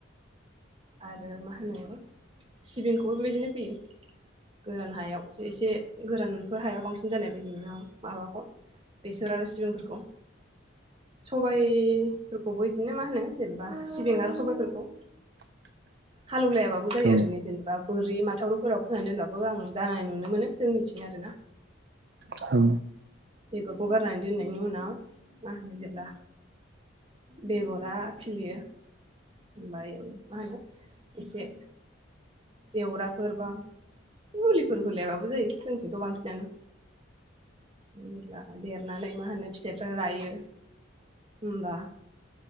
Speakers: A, on the right (about 25°); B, on the right (about 50°).
A: आरो मा होनो सिबिंखौबो बेबायदिनो फोयो। गोरान हायाव एसे गोरानफोर हायाव बांसिन जानाय बायदि माबाखौ बेसर आरो सिबिंफोरखौ। सबायफोरखौबो बिदिनो मा होनो जेनेबा सिबिं आरो सबायफोरखौ
B: <inaudible>
A: हालौवलायाबाबो जायो
B: औ
A: ओरैनो जेनेबा बोरि माथाविफोराव फोनानै दोनबाबो आं जानाय नुनो मोनो जों मिथिं आरो ना।
B: औ
A: बेगरखौ गारनानै दोननायनि उनाव मा होनो जेब्ला बेगरा खिलियो ओमफ्राय मा होनो एसे जेवराफोर बा मुलिफोर होलायाबाबो जायो जोंथिंथ बांसिनानो जेब्ला देरनानै मा होनो फिथाइफ्रा रायो। होनबा